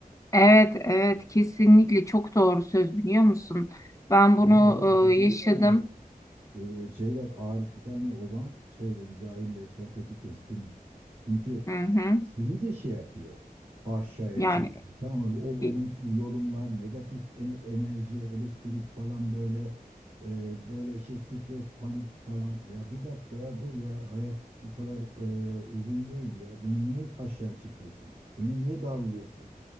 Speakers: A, on the left (about 20°); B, on the right (about 45°).
A: Evet evet kesinlikle çok doğru söz biliyor musun? Ben
B: Evet
A: bunu
B: evet bu şey
A: e, yaşadım.
B: yani e, şeyler Arif bir tane Ozan şey diyor, cahille sohbeti kestim. Çünkü
A: Hı hı.
B: seni de şey yapıyor. Aşağıya
A: Yani
B: çekiyor. Tamam mı? Ol- olumsuz
A: İ-
B: yorumlar, negatif en- enerji, elektrik falan böyle e, böyle şey stres, panik falan. Ya bir dakika ya dur ya hayat bu kadar e, uzun değil ya. Beni niye aşağı çekiyorsun? Beni niye darlıyorsun?